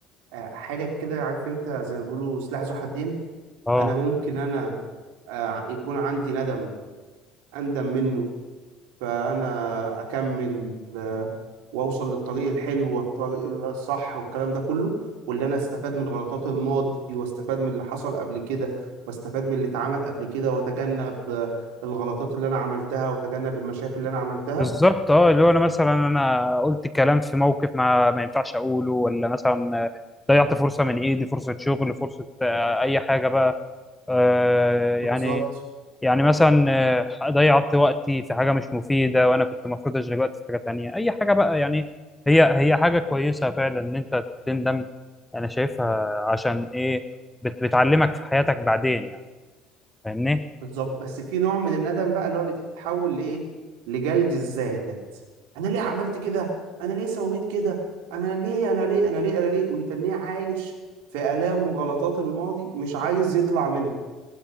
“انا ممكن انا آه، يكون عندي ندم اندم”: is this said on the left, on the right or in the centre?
Right